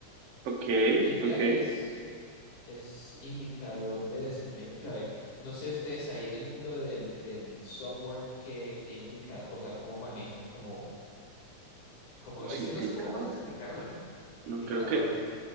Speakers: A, on the right (about 65°); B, on the left (about 75°).
A: Ok,
B: KPI
A: ok.
B: es, es indicador de desempeño clave. No sé ustedes ahí en el mundo del, del software que, indica, o sea, cómo manejan como, como,
A: Los
B: es
A: indicadores.
B: que no sé cómo más explicarlo, ¿no? Indicadores.
A: No, creo que,